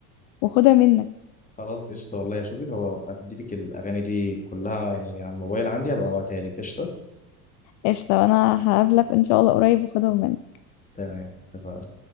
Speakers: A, on the left; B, on the left.
A: واخدها منك
B: خلاص قشطه والله اشوفك هبقى اديلك الاغاني دي كلها يعني على الموبايل عندي هبقى ابعتها لك قشطه
A: قشطة انا هقابلك ان شاء الله قريب واخدهم منك
B: تمام اتفقنا